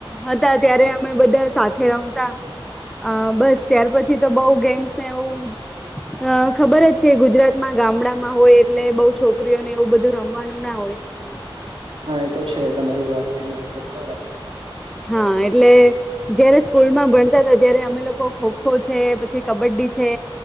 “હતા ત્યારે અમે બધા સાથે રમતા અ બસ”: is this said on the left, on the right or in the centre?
Centre